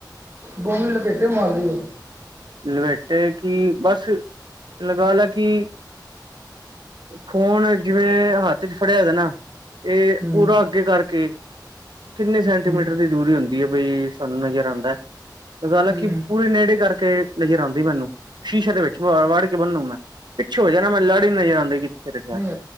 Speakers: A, on the right; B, on the right.
A: ਦੋ ਲਪੇਟੇ ਮਾਰ ਦਿਓ।
B: ਲਪੈਟੇ ਕਿ ਬਸ ਲਗਾ ਲਾ ਕਿ। ਫੋਨ ਜਿਵੇ ਹੱਥ ਚ ਫੜਿਆ ਦਾ ਨਾ। ਇਹ
A: ਹੂੰ,
B: ਪੂਰਾ ਅੱਗੇ ਕਰਕੇ ਕਿਨੇ ਸੈਂਟੀਮੀਟਰ
A: ਹੂੰ,
B: ਦੀ। ਜ਼ਰੂਰੀ ਹੁੰਦੀ ਹੈ। ਬਈ ਸਾਨੂੰ ਨਜ਼ਰ ਆਉਦਾ ਤੇ ਗੱਲ
A: ਹੂੰ
B: ਕਿ ਪੂਰੇ ਨੇੜੇ ਕਰਕੇ। ਨਜ਼ਰ ਆਉਦੀ ਮੈਨੂੰ ਸ਼ੀਸ਼ੇ ਦੇ ਵਿਚ ਵੜ ਕੇ ਬੰਨੂੰ ਮੈ ਪਿੱਛੇ ਹੋ ਜਾ ਮੈਨੂੰ ਲੜ ਨਜ਼ਰ ਨਹੀ ਆਂਦੀਆ ਕਿੱਥੇ ਰੱਖਿਆ।
A: ਨਹੀਂ